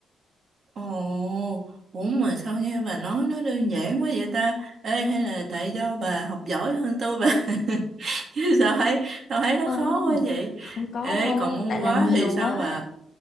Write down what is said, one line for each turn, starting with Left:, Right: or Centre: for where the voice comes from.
Right: Ồ, ủa mà sao nghe bà nói nó đơn giản quá vậy ta? Ê, hay là tại do bà học giỏi hơn tôi bà? <laughs> Chứ sao thấy, sao thấy nó
Left: Không,
Right: khó quá vậy?
Left: không có
Right: Ê,
Left: đâu,
Right: còn môn
Left: tại
Right: hóa
Left: làm nhiều
Right: thì sao
Left: á,
Right: bà?